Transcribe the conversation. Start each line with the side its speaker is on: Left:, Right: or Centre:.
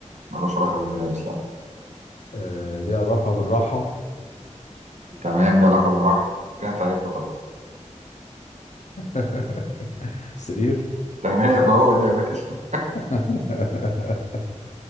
Right: ملوش علاقة بالملابس لا
Left: آه، ليه علاقة بالراحة
Right: تمام ليه علاقة بالراحة كده أنت عرفته خلاص
Left: <laughs> سرير
Right: <laughs> تمام هو ده يا باشا <laughs>
Left: <laughs>